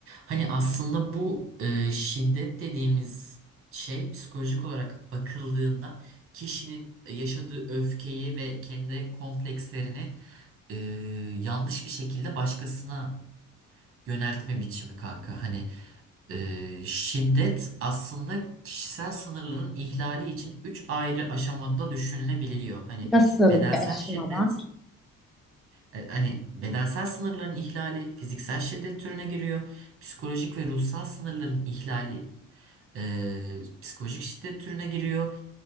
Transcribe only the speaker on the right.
Hani aslında bu eee, şiddet dediğimiz şey psikolojik olarak bakıldığında kişinin yaşadığı öfkeyi ve kendi komplekslerini eee, yanlış bir şekilde başkasına yöneltme biçimi kanka. Hani e, şiddet aslında kişisel sınırların ihlali için üç ayrı aşamada düşünülebiliyor. Hani
bedensel
şiddet, e, hani bedensel sınırların ihlali fiziksel şiddet türüne giriyor. Psikolojik ve ruhsal sınırların ihlali e, psikolojik şiddet türüne giriyor.